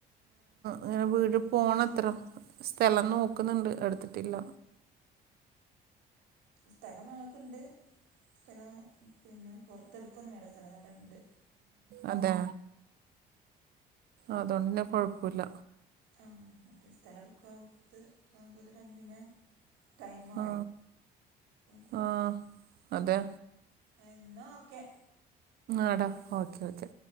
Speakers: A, on the right (about 65°); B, on the right (about 85°).
A: ഇങ്ങനെ വീട് പോണത്ര.
B: തന്നെയാണ്
A: സ്ഥലം നോക്കുന്നുണ്ട് എടുത്തിട്ടില്ല.
B: സ്ഥലം ഞങ്ങൾക്കുണ്ട്. സ്ഥലം പിന്നെ പുറത്തെടുക്കോന്ന് വേണ്ട. സ്ഥലം അവിടെണ്ട്.
A: അതെ അതുകൊണ്ട് കൊഴപ്പില്ല.
B: ആഹ മറ്റേ സ്ഥലം എടുക്കത്ത് ആ <unintelligible> പിന്നെ ടൈമാവും
A: ആഹ
B: ടൈമാവും
A: ആഹ അതെ.
B: എന്നാ ഒക്കെ.
A: ആടാ ഓക്കേ ഓക്കെ.